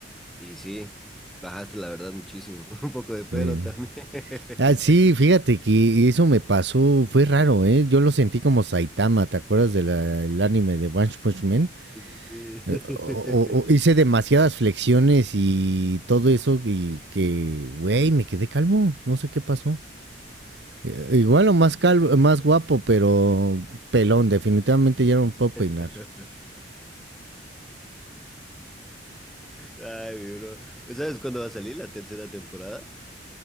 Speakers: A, in the centre; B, on the right.
A: Y sí, bajaste la verdad muchísimo. <laughs> Un poco de pelo
B: Sí.
A: también. <laughs>
B: Ah, sí, fíjate que eso me pasó, fue raro, ¿eh? Yo lo sentí como Saitama, ¿te acuerdas del anime de One Punch Man?
A: Sí,
B: Eh,
A: sí,
B: o- o- o
A: sí.
B: hice demasiadas flexiones y todo eso y que, güey, me quedé calmo, no sé qué pasó. Eh, igual o más calvo, más guapo, pero pelón, definitivamente ya no me puedo peinar.
A: <laughs> Ay, mi bro. ¿Sabes cuándo va a salir la tercera temporada?